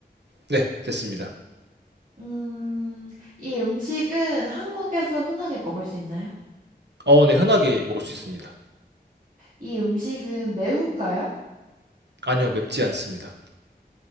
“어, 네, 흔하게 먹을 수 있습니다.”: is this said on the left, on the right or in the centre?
Right